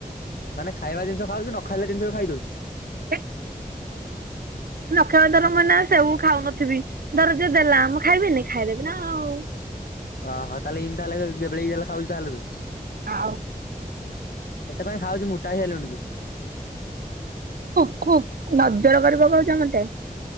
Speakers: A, on the left; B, on the right.
A: ମାନେ ଖାଇବା ଜିନିଷ ଖାଉଚୁ ନ ଖାଇଲା ଜିନିଷ ବି ଖାଇ ଦଉଚୁ?
B: <unintelligible> ନ ଖାଇବ ଧର
A: ଆଁ
B: ମୁଁ ଏନା ସେଉ ଖାଉନଥିବି ଧର ଯିଏ ଦେଲା ମୁଁ ଖାଇବିନି ଖାଇଦେବି ନା ଆଉ।
A: ଓହୋ ତାହେଲେ ଏନ୍ତି ତାହାଲେ ଗେବେଲେଇକି ହେଲେ ଖାଉଚୁ ତାହେଲେ ତୁ।
B: ଆଉ
A: ଏତେ କାଇଁ ଖାଉଚୁ ମୋଟା ହେଇଗଲଣି ତୁ।
B: ଥୁ ଥୁ ନଜର କରିପକଉଚ ମୋତେ।